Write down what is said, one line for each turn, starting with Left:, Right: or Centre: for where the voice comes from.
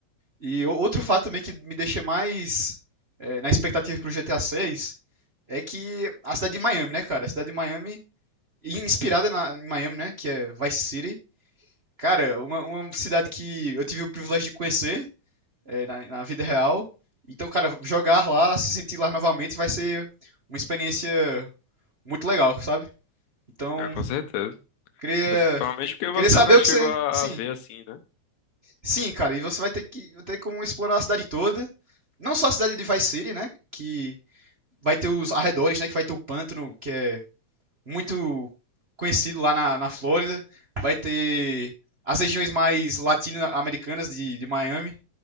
Right: E o- outro fato também que me deixa mais eh, na expectativa pro GTA 6 é que a cidade de Miami, né, cara? A cidade de Miami, inspirada na, em Miami, né, que é Vice City. Cara, uma, uma cidade que eu tive o privilégio de conhecer é, na, na vida real. Então, cara, jogar lá, se sentir lá novamente vai ser uma experiência muito legal, sabe? Então,
Left: Ah, com certeza.
Right: queria,
Left: Principalmente porque você,
Right: queria saber
Left: né,
Right: o
Left: chegou
Right: que você.
Left: a,
Right: Sim,
Left: a ver, assim, né?
Right: sim, cara, e você vai ter que vai ter como explorar a cidade toda. Não só a cidade de Vice City, né? Que vai ter os arredores, né? Que vai ter o pântano, que é muito conhecido lá na, na Flórida. Vai ter as regiões mais latino-americanas de, de Miami.